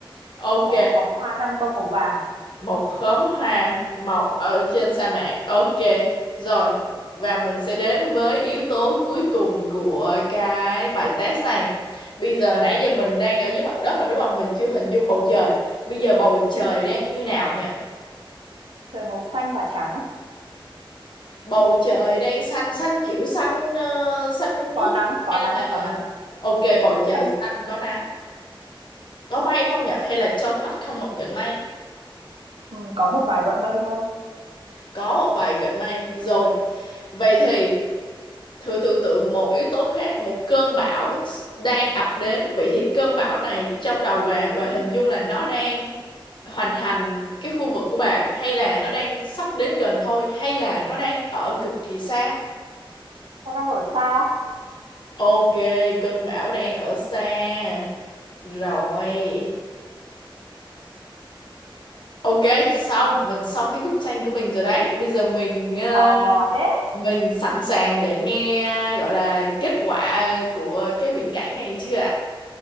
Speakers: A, on the left; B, on the right.
A: ok
B: có một khóm hoa năm bông màu vàng
A: một khóm hoa mọc ở trên sa mạc ok rồi và mình sẽ đến với yếu tố cuối cùng của cái bài test này bây giờ nãy giờ mình đang ở dưới mặt đất mà đúng không mình chưa hình dung bầu trời bây giờ bầu trời đang như nào nha
B: trời màu xanh và trắng
A: bầu trời đang xanh xanh kiểu xanh ờ, xanh
B: có
A: mướt
B: nắng có
A: hay
B: nắng
A: là
B: có nắng
A: ok bầu trời
B: xanh
A: xanh có nắng có mây không nhỉ hay là trong vắt không một gợn mây
B: Ừ, có một vài gọn bay thôi.
A: có một vài gợn mây rồi vậy thì thử tưởng tượng một yếu tố khác một cơn bão s- đang ập đến vậy thì cơn bão này trong đầu bà bà hình dung là nó đang hoành hành cái khu vực của bà hay là nó đang sắp đến gần thôi hay là nó đang ở cực kỳ xa
B: Tao đang ở xa,
A: ok cơn bão đang ở xa Rồi. Ok, xong, mình xong cái bức tranh của mình rồi đấy. Bây giờ mình ờ,
B: tò mò thế.
A: mình sẵn sàng để nghe gọi là kết quả của cái viễn cảnh này chưa ạ?